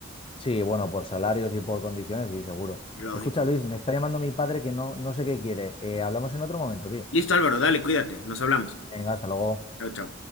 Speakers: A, on the left; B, on the left.
A: Sí, bueno, por salarios y por condiciones, sí, seguro.
B: Lógico.
A: Escucha, Luis, me está llamando mi padre que no, no sé qué quiere. Eh, hablamos en otro momento, tío.
B: Listo, Álvaro, dale, cuídate, nos hablamos.
A: Venga, hasta luego.
B: Chao, chao.